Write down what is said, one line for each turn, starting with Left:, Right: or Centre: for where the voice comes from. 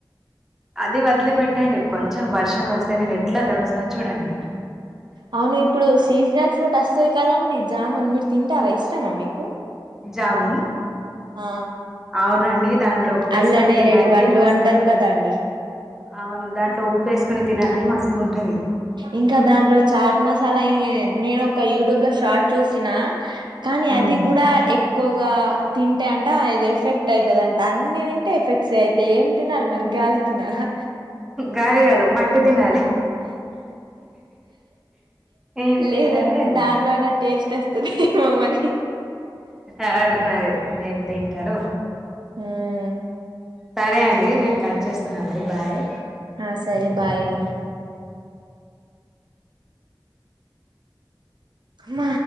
Centre: అది వదిలి పెట్టండి కొంచెం వర్షం వస్తే నేను ఎట్లా తడుస్తా చూడండి ఇగ
Right: అవును ఇప్పుడు సీజనల్ ఫ్రూట్ వస్తది కదండి, జామున్ మీరు తింటారా ఇష్టమా మీకు?
Centre: జామున్
Right: ఆ
Centre: అవునండి దాంట్లో ఉప్పేసుకొని
Right: అల్ల నేరేడి
Centre: తినాలి
Right: పండ్లు
Centre: మస్తు
Right: అంటారు
Centre: ఉంటది.
Right: కదండి
Centre: అవును దాంట్లో ఉప్పు యేసుకొని తినాలి మస్తుంటది.
Right: ఇంకా దాంట్లో చాట్ మసాలా ఎన్ నేను ఒక యూట్యూబ్ లో షార్ట్ చూసిన కాని
Centre: ఉమ్.
Right: అది కూడా ఎ క్కువగా తింటే అంట ఏదో ఎఫెక్ట్ అయితదంట అన్ని తింటే ఎఫెక్ట్స్ ఐతాయి ఏం తినాలి మరి గాలి తినలా
Centre: గాలి కాదు మట్టి తినాలి ఏం
Right: లేదండి
Centre: తింటారో ఏమో
Right: దా, నిలోనే టేస్ట్ వస్ దేమో మరి
Centre: అవును మరి ఏం తింటరు.
Right: హ్మ్
Centre: సరే అండి నేను కట్ చేస్తున్నా మరి బాయ్.
Right: ఆ సరే బాయండి. మ